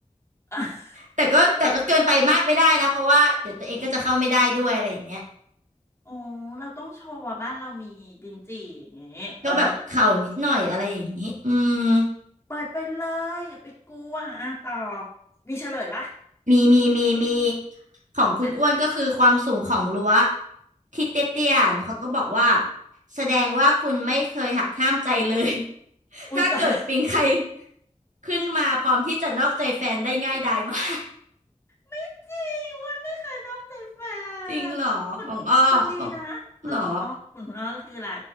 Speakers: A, on the left (about 20°); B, on the right (about 70°).
A: <laughs>
B: แต่ก็แต่ก็เกินไปมากไม่ได้นะเพราะว่าเดี๋ยวตัวเองก็จะเข้าไม่ได้ด้วยอะไรอย่างเงี้ย
A: โอ้เราต้องโชว์ว่าบ้านเรามีดินจี่อย่างเงี้ยเออ
B: ก็แบบเข่านิดหน่อยอะไรอย่างนี้อืม
A: เปิดไปเลยอย่าไปกลัวอ่ะต่อ มีเฉลยปะ
B: มีมีมีมีของคุณอ้วนก็คือความสูงของรั้ว
A: อ่ะ
B: ที่เตี้ยๆเนี่ยเขาก็บอกว่าแสดงว่าคุณไม่เคยหักห้ามใจเลย <laughs>
A: อุ้ยต่อละ
B: ถ้าเกิดปิงใครขึ้นมาพร้อมที่จะนอกใจแฟนได้ง่ายดายมาก
A: <laughs> จริงมันไม่เคยนอกใจแฟ
B: <laughs> จริงเหรอของอ้อของ
A: นคนคนดีนะ เออของอ้อคุณของอ้อคืออะไร
B: เหรอ